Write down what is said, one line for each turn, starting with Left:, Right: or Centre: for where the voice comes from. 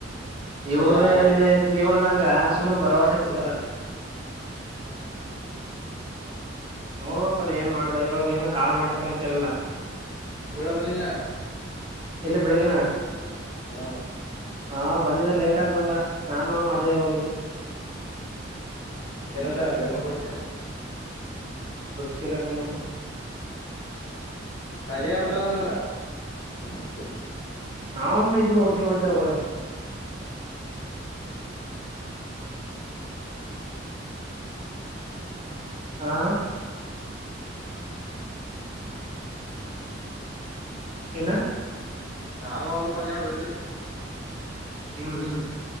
Left: ಅದೇ
Right: ಇವ್ರೇ
Left: ಯಾಲ
Right: ಎಲ್ಲಿ ನೀವಳ್ದಂಗ ಸುಮ್ ಭರವಸೆ ಕೊಡ್ತಾರ್ ಅಷ್ಟೇ
Left: ಹಾ
Right: ನೋಡ್ಬೇಕ್ ದ ಏ ಮಾಡ್ತಾ ಇವಾಗ ಏನ್ ಕಾಲ್ ಮಾಡ್ಬೇಕ್ ತಕನ್ ಚೇರಲ್ಲ
Left: ಕುಳ್ಳ ಬಂದಿನ
Right: ಎಲ್ಲಿ ಬೆಳಗ್ಗೆನಾ.
Left: ಹ
Right: ಹಾ ಲೇಟಾಗ್ ಬಂದ. ನಾನು ಅಜಯ ಹೋಗಿದ್ದೋ
Left: ಏನಂದ
Right: ಹೂ
Left: ಬೆಂಗ್ಳೂರ್ಗ್ <inaudible>
Right: ತಿಲ್ಲಕಣಪ್ಪ
Left: ಕಜಯ ಹೌತುಹಂಗಾರೆ <inaudible>
Right: ಅವರಿಬ್ರೂ ಒಟ್ಟಿಗೆ ಹೋಗ್ತಾರೆ ಹೋದಾಗ. ಹಾ ಏನ
Left: ನಾನು ಹೋಗ್ಬೇಕು ಅಂಗೆ ಅವ್ರ್ ಜೊತೇಲಿ.
Right: ಹ್ಮ್ ಹ್ಮ್